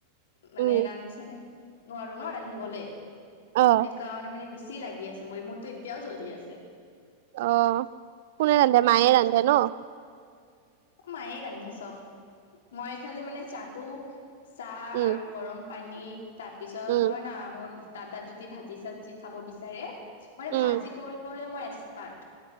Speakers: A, on the left; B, on the right.
A: মানে
B: উম
A: ৰান্ধিছানে <inaudible> নোৱাৰো ন ৰান্ধিবলে। <inaudible>
B: অ
A: কাৰণে মানে বেছি লাগি আছে। মই মোৰতো এতিয়াও জ্বলি আছে। <inaudible>
B: অঁ! কোনে ৰান্ধে? মায়ে ৰান্ধে ন? <inaudible>
A: মায়েই ৰান্ধে চব। মই খালি মানে চাহটো চাহ
B: উম
A: আৰু গৰম <inaudible> পানী তাৰ পিছত
B: উম
A: ধৰ না মোৰ দাদা যদি ভাজি-চাজি খাব বিচাৰে <inaudible> মানে
B: উম
A: ভাজি কৰিবলৈ মই এক্সপাৰ্ট।